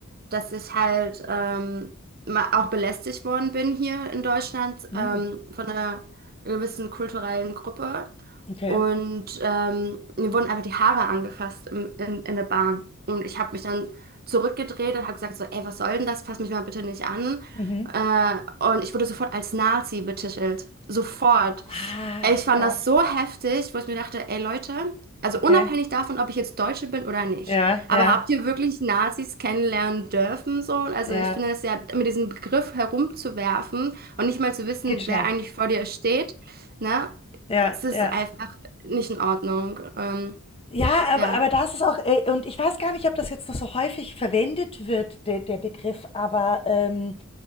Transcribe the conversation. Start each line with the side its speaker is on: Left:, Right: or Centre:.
Right: dass ich halt ähm, ma- auch belästigt worden bin hier in Deutschland
Left: Hm,
Right: ähm, von einer gewissen kulturellen Gruppe.
Left: okay.
Right: Und ähm, mir wurden einfach die Haare angefasst im, in, in der Bahn. Und ich habe mich dann zurückgedreht und habe gesagt so, ey, was soll denn das? Fass mich mal bitte nicht an.
Left: Mhm.
Right: Äh, und ich wurde sofort als Nazi betitelt. Sofort.
Left: Ach,
Right: Ich fand
Left: krass.
Right: das so heftig, wo ich mir dachte, ey Leute. Also
Left: Okay.
Right: unabhängig davon, ob ich jetzt Deutsche bin oder nicht.
Left: Ja,
Right: Aber
Left: ja,
Right: habt ihr wirklich Nazis kennenlernen dürfen so? Also
Left: ja.
Right: ich finde das ja, mit diesem Begriff herumzuwerfen und nicht mal zu wissen,
Left: Geht schnell.
Right: wer eigentlich vor dir steht, ne?
Left: Ja,
Right: Es ist
Left: ja.
Right: einfach nicht in Ordnung. Ähm,
Left: Ja, aber,
Right: ja.
Left: aber da ist es auch, äh, und ich weiß gar nicht, ob das jetzt noch so häufig verwendet wird, der, der Begriff, aber ähm,